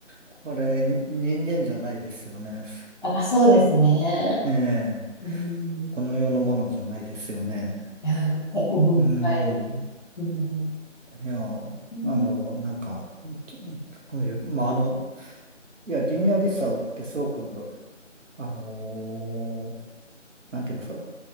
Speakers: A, on the right (about 70°); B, on the left (about 40°).
A: これ、に人間じゃないですよね。
B: あ、<laughs> そうですね。
A: ええ、
B: うん。
A: この世のものじゃないですよね。
B: いや、でうん、
A: うーん。
B: はい。うん、
A: いや、あの、
B: うん
A: なんか、こういう、まあ、あの、いや、ギニアビサウってすごく、あのーなんていうんですか、